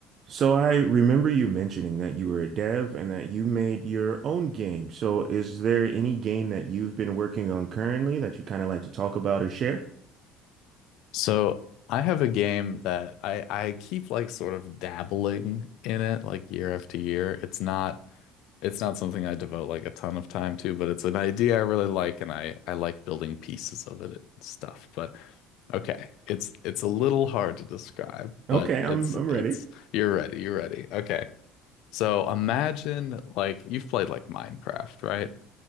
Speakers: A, on the right (about 50°); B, on the left (about 70°).
A: So I remember you mentioning that you were a dev and that you made your own game. So is there any game that you've been working on currently that you kind of like to talk about or share?
B: So I have a game that I I keep like sort of dabbling in it like year after year. It's not it's not something I devote like a ton of time to, but it's an idea I really like and I I like building pieces of it and stuff. But okay, it's it's a little hard to describe,
A: Okay,
B: but it's
A: I'm I'm
B: it's
A: ready.
B: you're ready, you're ready. Okay. So imagine like you've played like Minecraft, right?